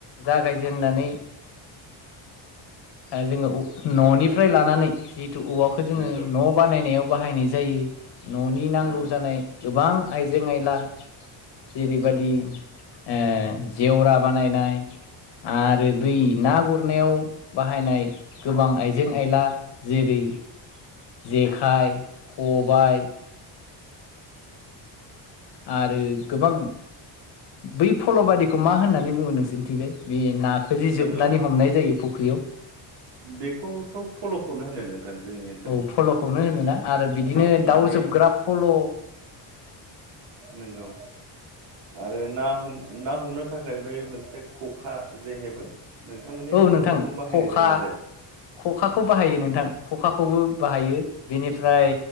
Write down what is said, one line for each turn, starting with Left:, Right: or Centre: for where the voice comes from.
Left: जागायजेननानै ओ जोङो न'निफ्राय लानानै जि थु औवाखौ जोङो
Right: नंगौ
Left: न' बानायनायाव बाहायनाय जायो न'नि नांगौ
Right: नंगौ
Left: जानाय गोबां आइजें आइला जेरैबादि ओ जेवरा बानायनाय। आरो बै
Right: नंगौ
Left: नागुरनायाव बाहायनाय गोबां आइजें आइला जेरै जेखाय, खबाय आरो गोबां बै फल' बादिखौ मा होननानै बुङो नोंसोरनिथिंजाय बे नाखौ जे जोबनानै
Right: नंगौ
Left: हमनाय जायो फुख्रियाव।
Right: बेखौथ' फल'खौनो होनो नोंथां जोंनि ओनसोलाव
Left: औ फल'खौनो होनो ना आरो बिदिनो
Right: औ माने
Left: दाउ जोबग्रा फल'
Right: नंगौ आरो ना हम ना हमनो थाखाय। बै मोनसे ख'खा जे हेबो। नोंथांमोननि
Left: औ
Right: ओनसोलाव
Left: नोंथां
Right: बेखौ बाहायनाय
Left: ख'खा
Right: जायोना जाया?
Left: ख'खाखौ बाहायो
Right: नंगौ
Left: नोंथां ख'खाखौबो बाहायो बेनिफ्राय